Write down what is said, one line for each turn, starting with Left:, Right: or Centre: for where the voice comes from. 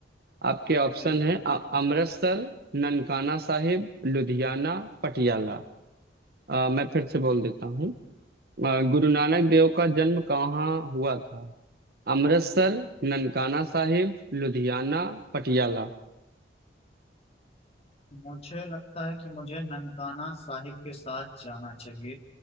Right: आपके ऑप्शन
Left: ठीक
Right: है
Left: है
Right: अ- अमृतसर ननकाना साहिब लुधियाना पटियाला आ, मैं फिर से बोल देता हूँ अ, गुरु नानक देव का जन्म कहाँ हुआ था अमृतसर ननकाना साहिब लुधियाना पटियाला
Left: मुझे लगता है कि मुझे ननकाना साहिब के साथ जाना चाहिए